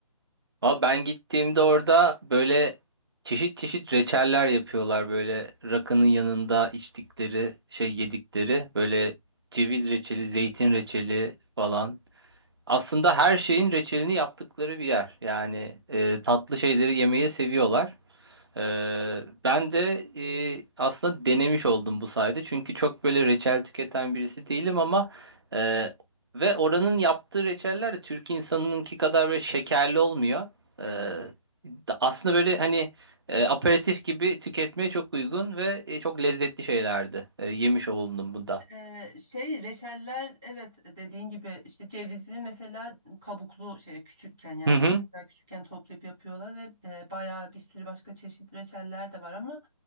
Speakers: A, on the right (about 45°); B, in the centre.
A: Valla ben gittiğimde orada böyle çeşit çeşit reçeller yapıyorlar böyle rakının yanında içtikleri, şey yedikleri böyle ceviz reçeli, zeytin reçeli falan. Aslında her şeyin reçelini yaptıkları bir yer. Yani e, tatlı şeyleri yemeyi seviyorlar. Ee, ben de e, aslında denemiş oldum bu sayede. Çünkü çok böyle reçel tüketen birisi değilim ama e, ve oranın yaptığı reçeller de Türk insanınınki kadar böyle şekerli olmuyor. Ee,
B: Evet.
A: da- aslında böyle hani e, aperatif gibi tüketmeye çok uygun ve e, çok lezzetli şeylerdi. E, yemiş oldum bu da.
B: Ee, şey reçeller evet dediğin gibi işte cevizi mesela kabuklu şey küçükken yani
A: Hı hı.
B: cevizler küçükken toplayıp yapıyorlar ve e, bayağı bir sürü başka çeşit reçeller de var ama